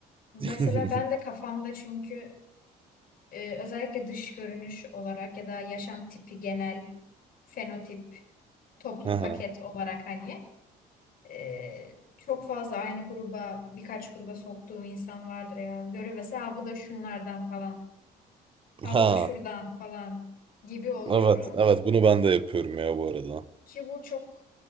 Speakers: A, on the left; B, on the right.
A: Mesela
B: <laughs>
A: ben de kafamda çünkü e, özellikle dış görünüş olarak ya da yaşam tipi genel fenotip toplu
B: Ha,
A: paket
B: ha,
A: olarak hani e, çok fazla aynı gruba birkaç gruba soktuğum insan vardır ya. Görüyor mesela "Ha, bu da şunlardan falan. Ha
B: ha.
A: bu da şuradan falan gibi oluyorum.
B: Evet, evet bunu ben de yapıyorum ya bu arada.
A: Ki bu çok